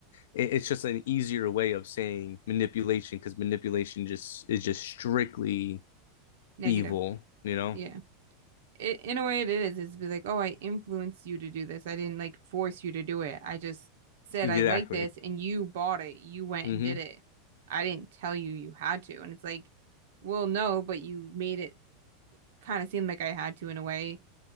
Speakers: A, on the left; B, on the right.
A: it's just an easier way of saying manipulation because manipulation just is just strictly
B: Negative.
A: evil. You know
B: Yeah. It, in a way, it is. It's be like, oh, I influenced you to do this. I didn't like force you to do it. I just said
A: exactly.
B: I like this, and you bought it. You went
A: Mm-hmm.
B: and did it. I didn't tell you you had to. And it's like, well, no, but you made it kind of seem like I had to in a way